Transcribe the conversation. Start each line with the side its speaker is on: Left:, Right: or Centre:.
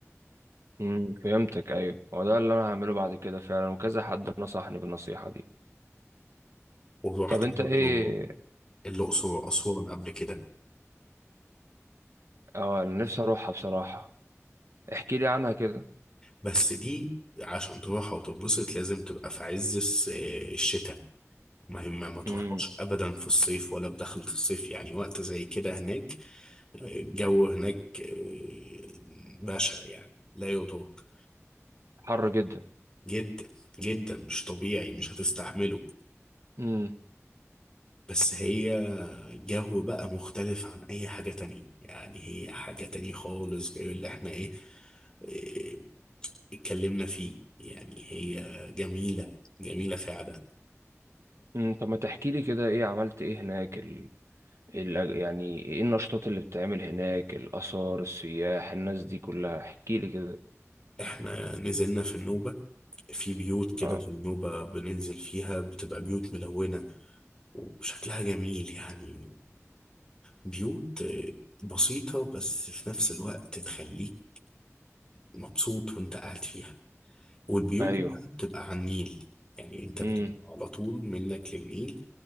Right: امم فهمتك ايوه هو ده اللي انا هعمله بعد كده فعلا وكذا حد نصحني بالنصيحة دي
Left: ورحت
Right: طب انت
Left: برضه
Right: ايه
Left: الأقصر وأسوان قبل كده
Right: اه أنا نفسي اروحها بصراحة احكي لي عنها كده
Left: بس دي عشان تروحها وتتبسط لازم تبقى في عز الس- آه، الشتاء ما هي ما ما تروحهاش
Right: امم
Left: ابدا في الصيف ولا في دخلة الصيف يعني وقت زي كده هناك آه، الجو هناك آه، بشع يعني لا يطاق
Right: حر جدا
Left: جدا جدا مش طبيعي مش هتستحمله
Right: امم
Left: بس هي جو بقى مختلف عن اي حاجة تانية يعني هي حاجة تانية خالص غير اللي احنا ايه آه، اتكلمنا فيه يعني هي جميلة جميلة فعلا
Right: امم طب ما تحكي لي كده ايه عملت ايه هناك ال... ال... يعني ايه النشاطات اللي بتتعمل هناك الاثار السياح الناس دي كلها احكي لي كده
Left: احنا نزلنا في النوبة في بيوت كده
Right: اه
Left: في النوبة بننزل فيها بتبقى بيوت ملونة وشكلها جميل يعني بيوت بسيطة بس في نفس الوقت تخليك مبسوط وانت قاعد فيها والبيوت
Right: ايوه
Left: دي بقى بتبقى على النيل يعني انت
Right: امم
Left: بتبقى على طول منك للنيل